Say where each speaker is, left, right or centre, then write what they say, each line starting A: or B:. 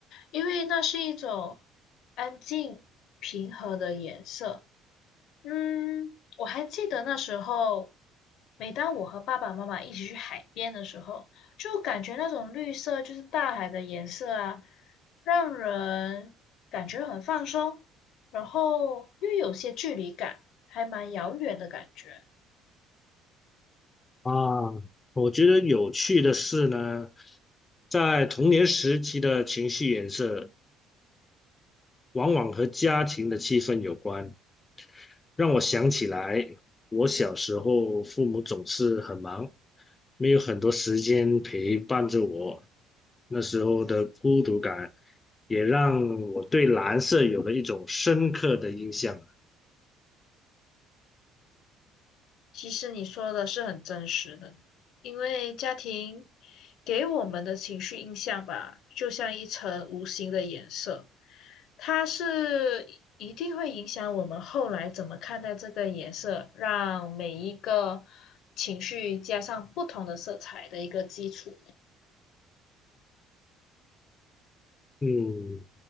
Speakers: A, on the left; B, on the left.
A: 因为那是一种安静平和的颜色。嗯，我还记得那时候，每当我和爸爸妈妈一起去海边的时候，就感觉那种绿色就是大海的颜色啊，让人感觉很放松，然后又有些距离感，还蛮遥远的感觉。
B: 啊。我觉得有趣的是呢，在童年时期的情绪颜色往往和家庭的气氛有关，让我想起来，我小时候父母总是很忙，没有很多时间陪伴着我。那时候的孤独感，也让我对蓝色有了一种深刻的印象。
A: 其实你说的是很真实的，因为家庭给我们的情绪印象吧，就像一层无形的颜色，它是一定会影响我们后来怎么看待这个颜色，让每一个情绪加上不同的色彩的一个基础。
B: 嗯，